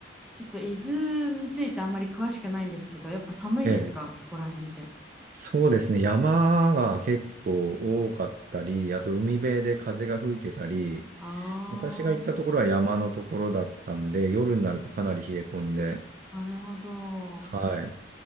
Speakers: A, in the centre; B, on the right (about 50°).
A: ちょっと伊豆についてあんまり詳しくないんですけど、やっぱ寒いですか、
B: ええ。
A: そこら辺って。
B: そうですね。山が結構多かったり、あと海辺で風が吹いてたり、
A: あ
B: 私が行ったところは山のところだったんで、夜になるとかなり冷え込んで、
A: なるほど。
B: はい。